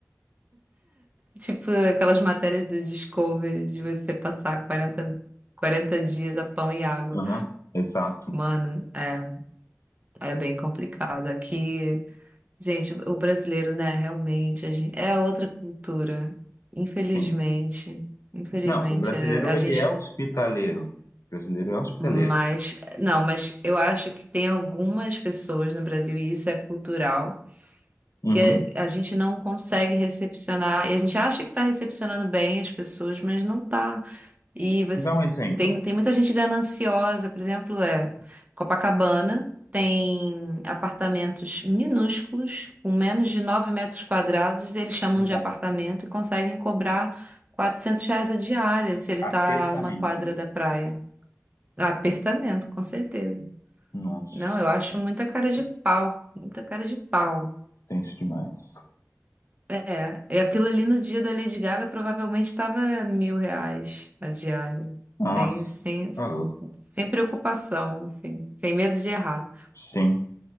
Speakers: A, on the right; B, on the left.
A: Tipo aquelas matérias do Discovery de você passar quarenta quarenta dias a pão e água.
B: Aham, exato.
A: Mano, é, é bem complicado. Aqui. Gente, o brasileiro, né? Realmente, a gente, é outra cultura. Infelizmente,
B: Sim.
A: infelizmente,
B: Não, o brasileiro,
A: é- a
B: ele
A: gente.
B: é hospitaleiro. O brasileiro é hospitaleiro.
A: Mas, não, mas eu acho que tem algumas pessoas no Brasil, e isso é cultural,
B: Uhum.
A: que a, a gente não consegue recepcionar, e a gente acha que está recepcionando bem as pessoas, mas não está. E você
B: Me dá um exemplo.
A: tem, tem muita gente gananciosa, por exemplo, é Copacabana tem apartamentos minúsculos, com menos de 9 metros quadrados, eles chamam
B: Nossa,
A: de apartamento e conseguem cobrar 400 reais a diária se ele
B: apertamento,
A: está a uma quadra
B: né?
A: da praia. Apertamento, com certeza.
B: Nossa,
A: Não, eu acho muita cara de pau, muita cara de pau.
B: tenso demais.
A: É, e aquilo ali no dia da Lady Gaga provavelmente estava mil reais a diária,
B: Nossa,
A: sem, sem,
B: tá louco.
A: sem preocupação, assim, sem medo de errar.
B: Sim.